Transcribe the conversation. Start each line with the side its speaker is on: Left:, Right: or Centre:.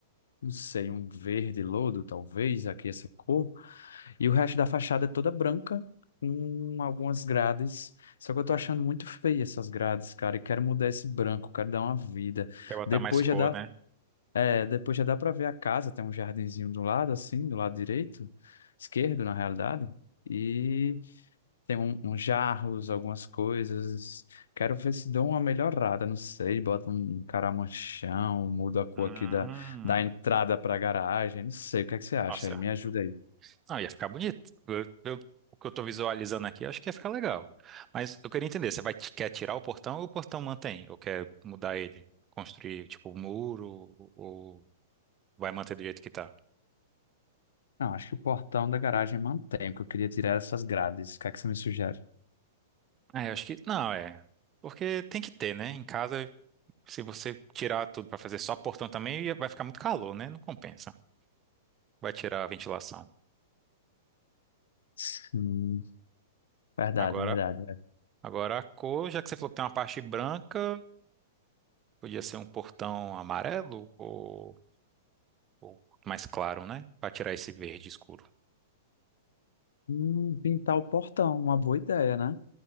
Left: não sei, um verde lodo, talvez, aqui essa cor. E o resto da fachada é toda branca, com algumas grades. Só que eu tô achando muito feia essas grades, cara, e quero mudar esse branco, quero dar uma vida.
Right: quer botar
Left: Depois
Right: mais cor,
Left: já dá,
Right: né?
Left: é, depois já dá para ver a casa, tem um jardinzinho do lado, assim, do lado direito, esquerdo, na realidade. E tem um, uns jarros, algumas coisas. Quero ver se dou uma melhorada, não sei, bota um caramanchão, muda a cor
Right: Hum,
Left: aqui da, da entrada para a garagem, não sei, o que é que você acha
Right: nossa,
Left: aí? Me ajuda aí.
Right: Não, ia ficar bonito. Eu- eu- o que eu tô visualizando aqui, acho que ia ficar legal. Mas eu queria entender, você vai, quer tirar o portão ou o portão mantém? Ou quer mudar ele? Construir, tipo, um muro? Ou vai manter do jeito que tá?
Left: Não, acho que o portão da garagem mantém, porque eu queria tirar essas grades. O que é que você me sugere?
Right: Ah, eu acho que... Não, é. Porque tem que ter, né? Em casa, se você tirar tudo pra fazer só portão também, ia- vai ficar muito calor, né? Não compensa. Vai tirar a ventilação.
Left: Sim, verdade,
Right: Agora,
Left: verdade. verdade.
Right: agora a cor, já que você falou que tem uma parte branca, podia ser um portão amarelo? ou Ou mais claro, né? Para tirar esse verde escuro.
Left: Hum, pintar o portão, uma boa ideia, né?